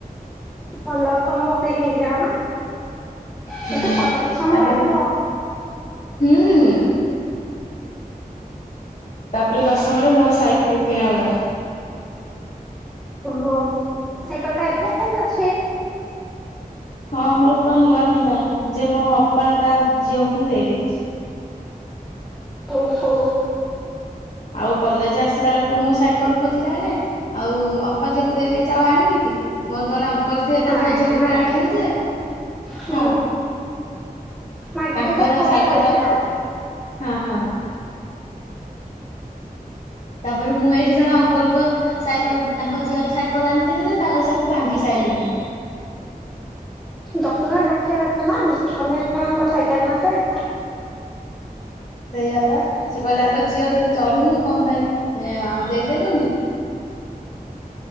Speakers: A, in the centre; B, on the left (about 50°).
A: ଭଲଲ ତମେ ବସେଇକି ନେଇକି ଯାଅ ନା।
B: ହଁ
A: କେତେ ପରିଶ୍ରମ
B: ତାପରେ
A: ଲାଗୁଥିବ।
B: ହୁଁ। ତାପରେ ଦଶମରେ ମୋର ସାଇକେଲରେ କିଣା ହେଲା।
A: ଓହୋ ସାଇକେଲ ଟା ଏବେ ଯାଇ ଅଛ।
B: ହଁ ମୋର ପୁରା ନୂଆ ଥିଲା ଯେ ମୋ ଅପା ତା ଝିଅକୁ ମୁଁ ଦେଇଦେଇଛି।
A: ଓହୋ।
B: ଆଉ କଲେଜ ଆସିଲା ବେଳକୁ ମୁଁ ସାଇକେଲ ଖୋଜିଲା ବେଳେ ଆଉ ଅପା ଝିଅକୁ ଦେଇ ଦେଇେଚ ଆଉ ଆଣିବି କି? ମୋର ଜଣେ ଅଙ୍କଲ ଥିଲେ ତାଙ୍କ
A: ନାଇଁ
B: ଝିଅ
A: ନାଇଁ
B: କଉଠୁ
A: ମାଗିଲେ
B: ଆଣିଥିଲେ ଯେ
A: ହୁଁ
B: ହଁ
A: ମାଗିଲେ
B: ତାଙ୍କ
A: ସେ ଖରାପ
B: ସାଇକେଲ
A: ହେବେ
B: ଟା ମୁଁ
A: ନା।
B: ହଁ ହଁ। ତାପରେ ମୁଁ ଏଇଠି ଜଣେ ଅଙ୍କଲଙ୍କ ସାଇକେଲ ତାଙ୍କ ଝିଅର ସାଇକେଲ ଆଣିଥିଲେ ଯେ ତାଙ୍କ ସାକୁ ଭାଙ୍ଗି ସାଇଲିଣି।
A: ଯତ୍ନରେ ରଖିବା କଥା ନା ଅନ୍ୟ ଜଣଙ୍କର ସାଇକେଲ ନା ସେ
B: ସେଇଆ ପା ସିଏ କହିଲେ ଆଲୋ ଝିଅ ଯଦି ଚଢୁନୁ କଣ ପାଇଁ ଆଉ ଦେଇଦେଲୁନି।